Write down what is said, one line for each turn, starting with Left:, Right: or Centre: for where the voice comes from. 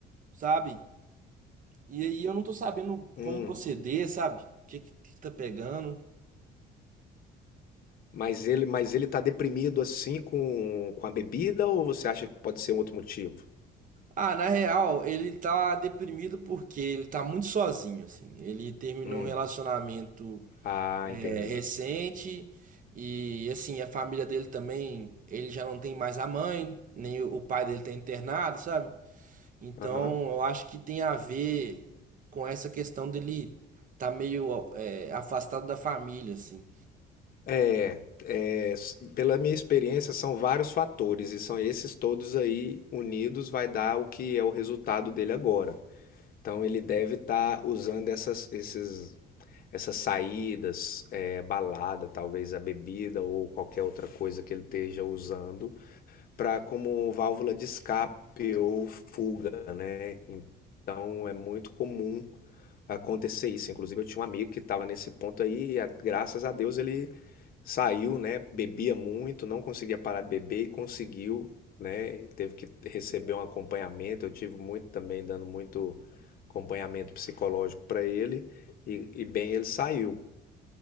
Right: sabe? E aí eu não tô sabendo
Left: Hum.
Right: como proceder, sabe? O que, que que tá pegando?
Left: Mas ele, mas ele tá deprimido assim com, com a bebida ou você acha que pode ser um outro motivo?
Right: Ah, na real, ele tá deprimido porque ele tá muito sozinho, assim. Ele terminou
Left: Hum.
Right: um relacionamento
Left: Ah, entendi.
Right: é, recente. E assim, a família dele também, ele já não tem mais a mãe, nem o o pai dele tá internado, sabe? Então
Left: Aham.
Right: eu acho que tem a ver com essa questão dele tá meio é, afastado da família, assim.
Left: É, é, s- pela minha experiência, são vários fatores e são esses todos aí unidos vai dar o que é o resultado dele agora. Então ele deve estar usando essas, esses essas saídas, é, balada, talvez a bebida ou qualquer outra coisa que ele esteja usando, para como válvula de escape ou fuga, né? Então é muito comum acontecer isso. Inclusive, eu tinha um amigo que estava nesse ponto aí e, a- graças a Deus, ele saiu, né? Bebia muito, não conseguia parar de beber e conseguiu, né? Teve que receber um acompanhamento. Eu tive muito também, dando muito acompanhamento psicológico para ele. E, e bem, ele saiu.